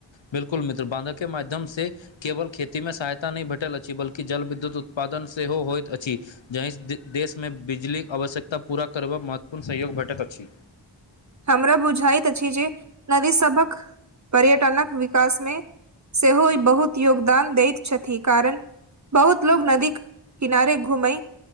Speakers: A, on the left (about 80°); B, on the right (about 40°).
A: बिल्कुल मित्र, बाँध के माध्यम से। केवल खेती में सहायता नहि भेटल अछि, बल्कि जल- विद्युत उत्पादन सेहो होयइत अछि। जाहिसे देश में बिजलीक आवश्यकता पूरा करबा महत्वपूर्ण सहयोग भेटैत अछि।
B: हमरा बुझाइत अछि जे नदि सबहक। पर्यटनक विकास में सेहो बहुत योगदान दैत छथि, कारण। बहुत लोग नदी किनारे घूमैइ।